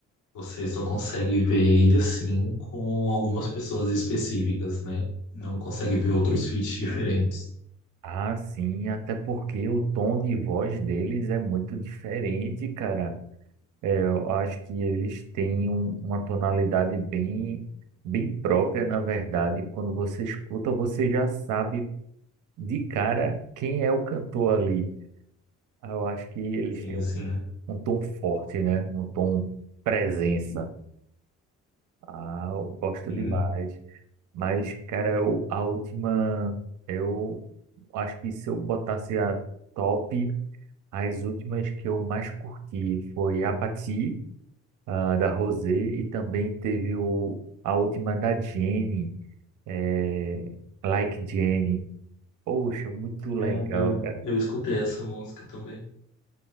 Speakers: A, on the left; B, on the right.
A: Você só consegue ver ele assim com algumas pessoas específicas, né? Não consegue ver outros feats diferentes.
B: Ah, sim, até porque o tom de voz deles é muito diferente, cara. É, eu acho que eles têm um- uma tonalidade bem, bem própria, na verdade. Quando você escuta, você já sabe de cara quem é o cantor ali. Ah, Eu acho que eles
A: Sim,
B: têm um,
A: sim,
B: um tom forte, né? Um tom presença. Ah, eu gosto
A: sim.
B: demais. Mas, cara, eu- a última, eu acho que se eu botasse a top. As últimas que eu mais curti foi Apathy, ah, da Rosé, e também teve o, a última da Jenny, eh, Like Jenny. Poxa, muito legal,
A: É, eu,
B: cara.
A: eu escutei essa música também.